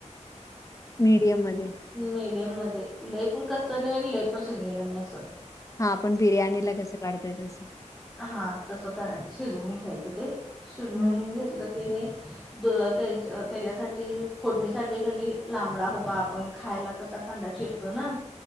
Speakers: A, on the left; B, in the centre.
A: मीडियम मध्ये.
B: मीडियम मध्ये लई पण कच्च नाही आणि लई पण शिजलेल नाही अस.
A: हा आपण बिर्याणीला कसं काढतोय तसं.
B: हा तसं कराय शिजवून घ्यायचं ते शिजवून
A: हम्म
B: घेतलं. णे त्याच्यासाठी फोडणीसाठी. लांबडा हबा आपण खायला कसा कांदा चिरतो ना